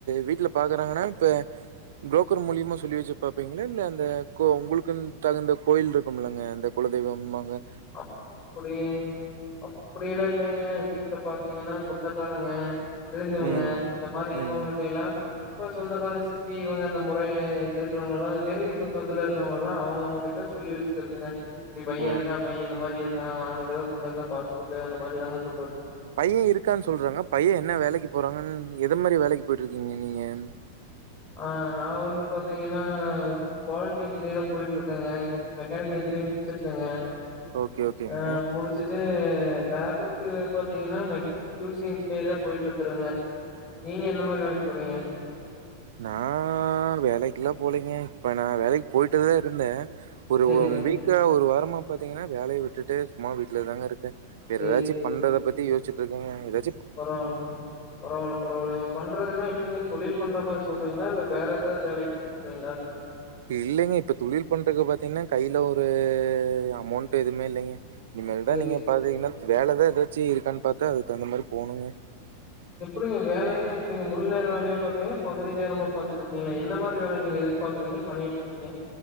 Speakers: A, on the right; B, on the left.
A: வீட்டுல பாக்குறாங்கன்னா இப்ப புரோக்கர் மூலியமா சொல்லி வச்சு பாப்பிங்களா இல்ல அந்த கோ உங்களுக்குன் தகுந்த கோயில் இருக்கும் இல்லங்க இந்த குலதெய்வம் பாங்க
B: அப்புடி அப்புடி எல்லா இல்லைங்க வீட்ல பாத்தீங்கன்னா சொந்தக்காரங்க தெரிஞ்சவங்க
A: ம்.
B: இந்த மாரி இருக்கவங்க
A: ம். ம்.
B: கிட்ட எல்லா இப்ப சொந்தக்காரங்க சித்தி இவங்க அந்த முறை இருக்குறவங்க எல்லா நெருங்கி சொந்தத்துல இருக்குறவங்க எல்லா அவங்க அவங்க கிட்ட சொல்லி வச்சுக்குறதுங்க தி பைய
A: ஓ!
B: இருக்கா பைய இருக்கா அவனுக்கு ஏதா பொண்ணு இருந்தா பாத்து சொல்லு அந்த மாரி தாங்க சொல்றது
A: பைய இருக்கான் சொல்றாங்க பைய என்ன வேலைக்கு போறாங்கன் எது மாதிரி வேலைக்கு போயிட்டு இருக்கீங்க நீங்கன்
B: ஆ நா வந்து பாத்தீங்கன்னா குவாலிட்டி இன்ஜினியரா போயிட்டு இருக்கங்க மெக்கானிக்கல் இன்ஜினியரிங்க் முடிச்சு இருக்கங்க
A: ஓகே, ஓகேங்க.
B: ஆஹ் முடிச்சுட்டு ஆ லேபுக்கு பாத்தீங்கன்னா மெ கியூஸி இன்ஜினியரிங்க போயிட்டு இருக்குதுங்க நீங்க எந்த மாதிரி வேலைக்கு போறீங்க
A: நா வேலைக்குல்லா போலங்க இப்போ நா வேலைக்கு போயிட்டு தா இருந்தே ஒரு
B: சரிங்க.
A: ஒன் வீக்கா ஒரு வார மா பாத்தீங்கன்னா வேலைய விட்டுட்டு சும்மா வீட்ல தாங்க இருக்க வேற
B: சரி,
A: ஏதாச்சு
B: சரிங்க.
A: பண்றது பத்தி யோசிச்சுட் இருக்கங்க எதா
B: பரவால்லங்க பரவால்ல பரவாயில்லைங்க பண்றதுன்னா எப்டிங்க தொழில் பண்ற மாரி சொல்றீங்களா இல்ல வேற ஏதாவது வேலைக்கு சொல்றீங்களா?
A: இல்லைங்க இப்ப தொழில் பண்ணுறக்கு பாத்தீங்கன்னா கையில ஒ ரூ அமௌன்ட்டு எதுமே இல்லைங்க இனிமேல்
B: சரி,
A: தா நீங்க
B: சரி.
A: பாத்தீங்கன்னா வேல தா ஏதாச்சு இருக்கான்னு பாத்து அதுக்கு தகுந்த மாரி போனுங்க
B: எப்டிங்க வேலையெல்லா எப்டிங்க முழு நேர வேலையா பாக்குறீங்களா பகுதி நேரமா பாத்துட்ருக்கீங்களா எந்த மாரி வேலைங்க நீங்க எதிர்பாக்குறீங்க பண்ணிட்டு இருக்கீங்க